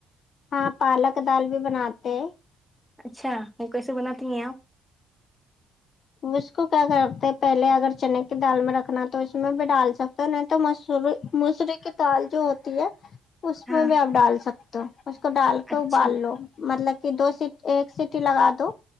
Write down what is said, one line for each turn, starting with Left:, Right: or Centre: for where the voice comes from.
Left: ہاں پالک کا دال بھی بناتے
Centre: اچھا وہ کیسے بناتی ہیں آپ
Left: اس کو کیا کرتے ہیں پہلے اگر چنے کی دال میں رکھنا تو اس میں بھی ڈال سکتے تو نہیں تو مسوری مسوری کی دال جو ہوتی ہے اس
Centre: ہاں
Left: میں بھی آپ ڈال سکتے ہو اس کو ڈال کر
Centre: اچھا
Left: ابال لو مطلب کہ دو سی ایک سیٹی لگا دو